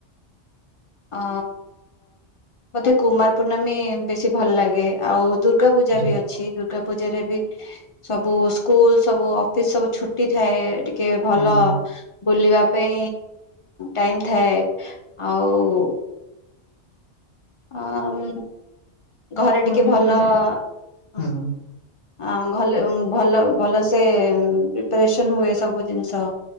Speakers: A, on the left; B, on the left.
A: ଆ ମୋତେ କୁମାର ପୂର୍ଣ୍ଣମୀ ବେଶୀ ଭଲ ଲାଗେ ଆଉ ଦୁ, ଦୁର୍ଗା ପୂଜା
B: ଆଚ୍ଛା,
A: ଅ ଛି ଦୁର୍ଗା ପୂଜା ରେ ବି ସବୁ ସ୍କୁଲ ସବୁ ଅଫିସ୍ ସବୁ ଛୁଟି ଥାଏ। ଟି କିଏ ଭଲ
B: ହୁଁ, ହୁଁ,
A: ବୁଲିବା ପାଇଁ ଟାଇମ୍ ଥାଏ ଆଉ ଓ ଆମ୍ ଘର
B: ହଁ
A: ଟିକିଏ
B: ଏମିତି
A: ଭଲ
B: ମାନେ
A: -ଆମ୍।
B: ହଁ, ହଁ,
A: ଭଲେ ଭଲ ଭଲସେ ପ୍ରିପାରେସନ ହୁଏ ସବୁ ଜିନିଷ।